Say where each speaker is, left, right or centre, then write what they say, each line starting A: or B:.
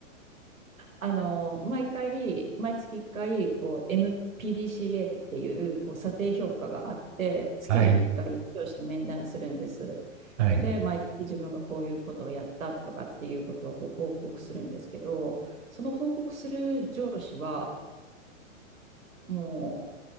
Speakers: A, on the right; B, on the right.
A: あの、毎回、毎月1回、こう、MPDCA っていう、こう、査定評価があって、月に1回上司と面談するんです。
B: はい。はい。
A: で、毎月自分がこういうことをやったとかっていうことをこう報告するんですけど、その報告する上司は、も